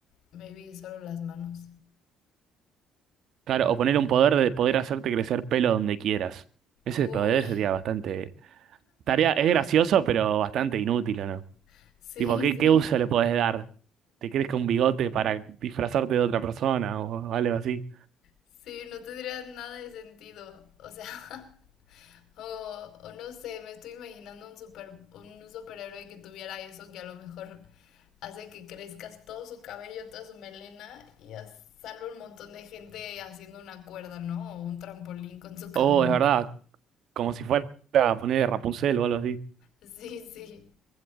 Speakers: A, on the left (about 70°); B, on the right (about 65°).
A: maybe solo las manos.
B: claro. O poner un poder de poder hacerte crecer pelo donde quieras. Ese
A: Uy,
B: poder sería bastante... Tarea, es gracioso, pero bastante inútil, ¿o no?
A: <laughs> sí,
B: Tipo, ¿qué,
A: sí.
B: qué uso le podés dar? te crezca un bigote para disfrazarte de otra persona o algo así.
A: Sí, no tendría nada de sentido. O sea, <laughs> O, o no sé, me estoy imaginando un super, un superhéroe que tuviera eso que a lo mejor hace que crezcas todo su cabello, toda su melena y as- sale un montón de gente haciendo una cuerda, ¿no? O un trampolín con su cabello.
B: Oh, es verdad, como si fuera a poner Rapunzel o algo así.
A: Sí, sí.